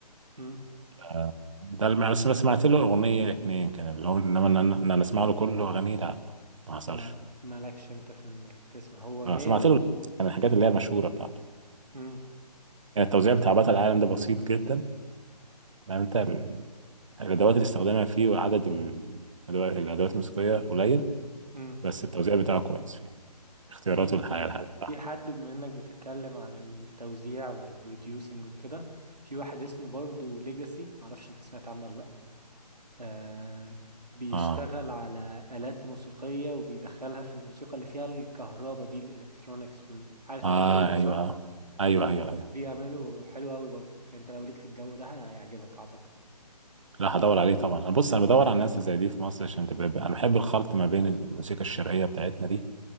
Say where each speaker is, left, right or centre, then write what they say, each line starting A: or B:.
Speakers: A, on the right; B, on the right.
A: مم.
B: آه، ده اللي بس بس سمعت له اغنيه اتنين كده اللي هو انما ان انا إن أنا اسمع له كله اغانيه لا ما حصلش
A: ما مالكش انت في انك تسمع هو جامد
B: اه سمعت له يعني الحاجات اللي هي المشهوره بتاعته
A: مم.
B: يعني التوزيع
A: في
B: بتاع بطل العالم ده بسيط جدا يعني انت ال- الادوات اللي استخدمها فيه وعدد ال- الادوات الأدوات الموسيقيه قليل
A: مم.
B: بس التوزيع بتاعه كويس فيه اختياراته
A: في
B: الحقيقه الحقيقه
A: في
B: صح
A: حد بما انك بتتكلم على التوزيع والبروديوسنج وكده في واحد اسمه برضو ليجاسي معرفش انت سمعت عنه ولا لا آه بيشتغل
B: اه
A: على آلات موسيقية وبيدخلها في الموسيقى اللي فيها الكهرباء دي الالكترونيكس وال... عارف
B: اه
A: انت الجو ده صح؟
B: ايوه اه ايوه ايوه ايوه
A: بيعملوا حلو قوي برضو يعني انت لو ليك في الجو ده هيعجبك اعتقد
B: لا هدور عليه طبعا انا بص انا بدور على الناس اللي زي دي في مصر عشان تبقى انا بحب الخلط ما بين الموسيقى الشرقيه بتاعتنا دي